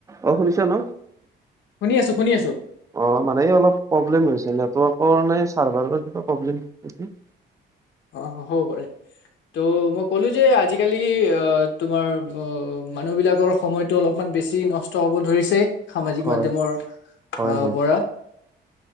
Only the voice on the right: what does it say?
অ, শুনিছ ন?
অ, মানে অলপ প্ৰব্লেম হৈছে নেটৱৰ্কৰ নে চাৰ্ভাৰৰ কিবা প্ৰব্লেম নেকি।
হয়
হয় হয়